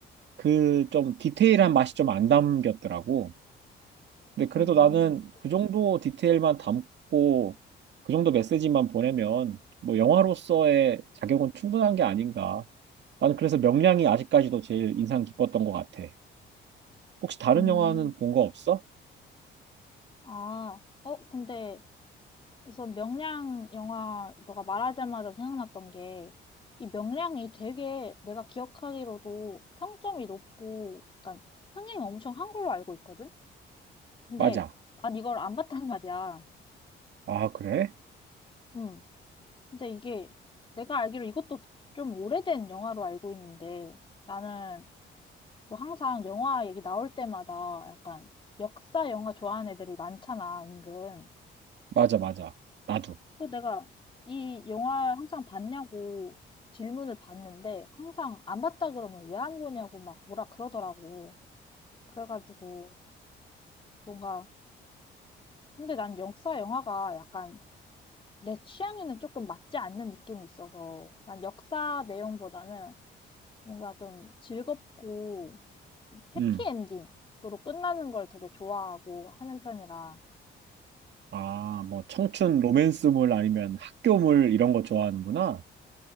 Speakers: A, on the right; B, on the left.
A: 그 좀 디테일한 맛이 좀 안 담겼더라고. 근데 그래도
B: 음.
A: 나는 그 정도 디테일만 담고 그 정도 메시지만 보내면 뭐 영화로서의 자격은 충분한 게 아닌가. 나는 그래서 명량이 아직까지도 제일 인상 깊었던 것 같아. 혹시 다른
B: 음.
A: 영화는 본 거 없어?
B: 아, 어, 근데 우선 명량 영화 너가 말하자마자 생각났던 게 이 명량이 되게 내가 기억하기로도 평점이 높고 약간 흥행 엄청 한 걸로 알고 있거든? 근데
A: 맞아.
B: 난 이걸 안 봤단 <laughs> 말이야.
A: 아, 그래?
B: 음. 근데 이게 내가 알기로 이것도 좀 오래된 영화로 알고 있는데 나는 또 항상 영화 얘기 나올 때마다 약간 역사 영화 좋아하는 애들이 많잖아, 은근.
A: 맞아, 맞아. 나도.
B: 그 내가 이 영화 항상 봤냐고 질문을 봤는데 항상 안 봤다 그러면 왜 안 보냐고 막 뭐라 그러더라고. 그래가지고 뭔가 근데 난 역사 영화가 약간 내 취향에는 조금 맞지 않는 느낌이 있어서 난 역사 내용보다는 뭔가 좀 즐겁고 해피엔딩으로
A: 음.
B: 끝나는 걸 되게 좋아하고 하는 편이라
A: 아, 뭐, 청춘 로맨스물 아니면 학교물 이런 거 좋아하는구나.